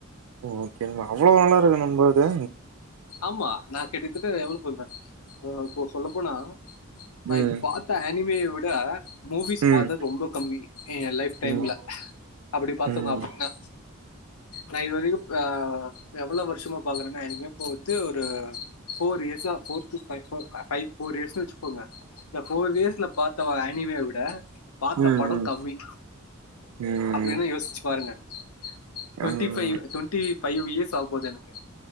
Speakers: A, on the right; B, on the left.
A: ஓகே அவ்வளோ நல்லா இருக்க நம்மது
B: ஆமா நா கிட்டத்தட்ட எவ்வளவு சொல்ற இப்ப சொல்ல போனா நா
A: ம்
B: இப்ப பார்த்தா அனிமே இத மூவிஸ்
A: ம்
B: பாத்தது ரொம்ப கம்மி என் லைப் டைம்ல
A: ம் ம்
B: அப்டி பாத்துங்க
A: ம்
B: அப்டீன்னா நா இதுவரைக்கோ அ எவ்ள வருஷமா பாக்குறேனா எனக்கு இப்போ வந்து ஒரு ஃபோர் இயர்ஸா ஃபோர் டூ ஃப்பவ் போர் இயர்ஸ்ன்னு வெச்சுக்கோங்க இந்த ஃபோர் இயர்ஸ்ல பாத்த வாங்க அனிமை விட பாத்த
A: ம்
B: படம் கம்மி
A: ம்
B: அப்டீனா யோசிச்சு பாருங்க டுவென்ண்டி
A: ம்
B: ஃபைவ் டுவென்டி பஃபைவ் இயர்ஸ் ஆக போது எனக்கு